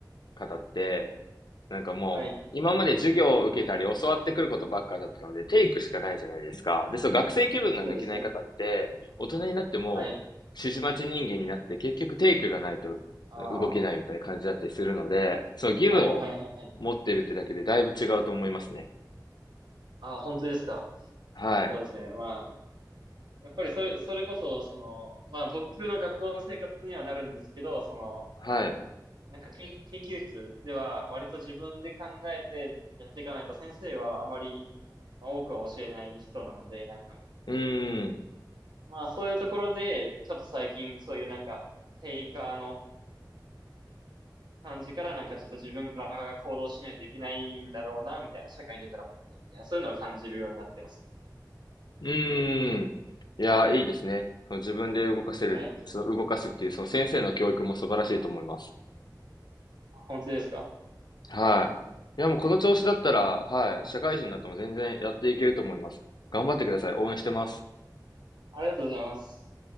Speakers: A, on the left (about 70°); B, on the right (about 80°).
A: 方って、なんかもう、
B: はい。
A: 今まで授業を受けたり教わってくることばっかだったので、テイクしかないじゃないですか。で、そう、学生気分が抜けない方って、
B: そうですね。
A: 大人になっても、
B: はい。
A: 指示待ち人間になって、結局テイクがないと
B: ああ。
A: 動けないみたいな感じだったりするので、その義務を持ってるってだけでだいぶ違うと思いますね。
B: はい、はい、はい、はい。ああ、本当ですか。
A: はい。
B: そうですね。まあ、やっぱりそれ、それこそ、その、まあ、僕の学校の生活にはなるんですけど、その、
A: はい。
B: なんか研、研究室では、割と自分で考えてやっていかないと、先生はあまり、まあ、多くは教えない人なので、なんか、
A: うーん。
B: まあ、そういうところで、ちょっと最近、そういうなんか、テイカーの感じから、なんかちょっと自分から行動しないといけないんだろうな、みたいな、社会に出たらもっと、みたいな、そういうのは感じるようになってますね。
A: うーん。いや、いいですね。その自分で動かせる、
B: はい。
A: その動かすっていう、その先生の教育も素晴らしいと思います。
B: 本当ですか。
A: はい。いや、もうこの調子だったら、はい、社会人になっても全然やっていけると思います。頑張ってください。応援してます。
B: ありがとうございます。